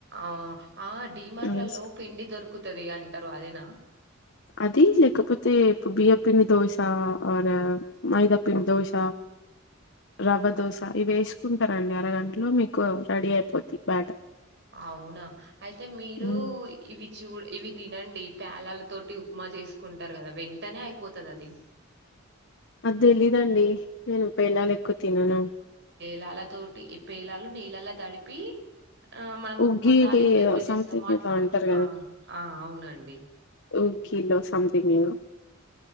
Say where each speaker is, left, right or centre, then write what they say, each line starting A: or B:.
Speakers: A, on the right; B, on the left.
A: ఆ ఆ డీమార్ట్లలో
B: అవి ఏస్
A: పిండి దొరుకుతది అంటారు అదేనా
B: అద లేకపోతే ఇప్పు బియపిండి దోశ ఆ మైదాపిండి దోశ ర్వ దోశ ఇవి వేసుకుంటారండి అరగంటలో మీకు రెడీ అయిపోతు బ్యాటర్
A: అవునా అయితే మీరు
B: ఉమ్,
A: ఇవి చూ ఇవి తినండి పేలాల తోటి ఉప్మా చేసుకుంటారు కదా వెంటనే అయిపోతది అది
B: అది తెలీదండి నేను పేలాలు ఎక్కువ తినను
A: లాల తోటి ఇ పేలాలు నీళ్ళలా తడిపి ఆ మనం
B: ఉగ్గిడి
A: ఉప్మా తాలీం పేట్ల
B: ఏదో
A: చేస్తమో
B: సంథింగ్
A: అట్లా
B: ఏదో అంటారు
A: ఆ ఆ అవునండి
B: ఓ <unintelligible> సంథంగ్ ఏదో